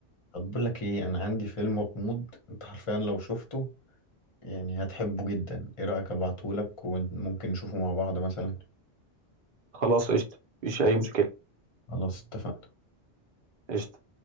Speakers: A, on the left; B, on the right.
A: طب بقول لك ايه انا عندي فيلم غموض انت حرفيا لو شفته يعني هتحبه جدا ايه رأيك ابعتهولك وممكن نشوفه مع بعض مثلا
B: خلاص قشطة مفيش أي مشكلة
A: خلاص اتفقنا
B: قشطة